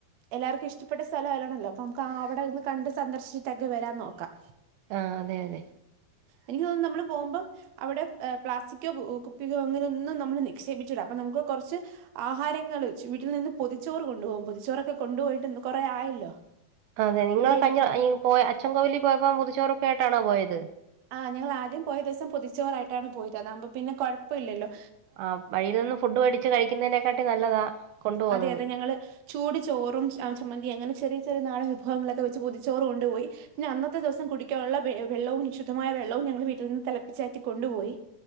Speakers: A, on the right; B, on the right.
A: എല്ലാർക്കും ഇഷ്ടപ്പെട്ട സ്ഥലാല്ലാണല്ലോ അപ്പൊ നമുക്ക് ആ അവിടെ ഒന്ന് കണ്ട് സന്ദർശിച്ചിട്ടെക്കെ വരാൻ നോക്കാം
B: ആഹ് അതെ അതെ
A: എനിക്ക് തോന്നുന്നു നമ്മള് പോമ്പം അവിടെ പ്ലാസ്റ്റിക്കൊ കുപ്പികോ അങ്ങനെ ഒന്നും നമ്മള് നിക്ഷേപിച്ചൂട അപ്പൊ നമുക്ക് കൊറച്ച് ആഹാരങ്ങള് ച്ച് വീട്ടിൽ നിന്ന് പൊതിച്ചോറ് കൊണ്ട്പോം പൊതിച്ചോറൊക്കെ കൊണ്ടുപോയിട്ട് കൊറെ ആയല്ലോ
B: അതെ നിങ്ങള്
A: എവിടെേലൊക്കെ
B: കയിഞ്ഞ ഈ പോയ അച്ചൻകോവലിപോയപ്പോ പൊതിച്ചോറൊക്കെ ആയിട്ടാണോ പോയത്
A: ആഹ് ഞങ്ങളാദ്യം പോയ ദിവസം പതിച്ചോറായിട്ടാണ് പോയത് അതാവുമ്പൊ പിന്നെ കൊഴപ്പില്ലല്ലോ
B: ആഹ് വഴിൽ നിന്നും ഫുഡ് മേടിച്ച് കഴിക്കുന്നേനെക്കാട്ടി നല്ലതാ കൊണ്ടുപോകുന്നത്
A: അതെ അതെ ഞങ്ങള് ചൂട്ചോറും ച ചമ്മന്തി അങ്ങനെ ചെറിയ ചെറിയ നാടൻ വിഭവങ്ങളൊക്കെ വെച്ച് പൊതിച്ചോറ് കൊണ്ടുപോയി പിന്നന്നത്തെ ദെവസം കുടിക്കാള്ള വെ വെള്ളവും ശുദ്ധമായ വെള്ളവും ഞങ്ങള് വീട്ടിൽ നിന്ന് തെളപ്പിച്ചാറ്റി കൊണ്ടുപോയി